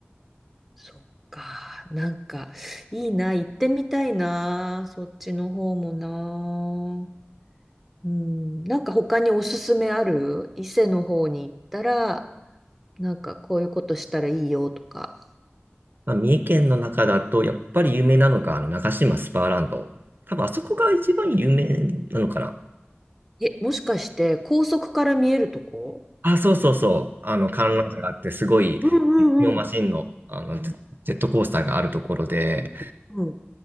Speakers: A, in the centre; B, on the right.
A: そっか。なんか、いいな。行ってみたいな。そっちの方もな。うん。なんか他におすすめある伊勢の方に行ったら、なんかこういうことしたらいいよとか。
B: まあ、三重県の中だと、やっぱり有名なのが、あの、長島スパーランド。多分、あそこが一番有名なのかな。
A: え、もしかして高速から見えるとこ
B: あ、そうそうそう。あの、観覧車があって、すごい、
A: うんうん
B: 実況マシンの、あの、ジェジェットコースターがあるところで、
A: うん。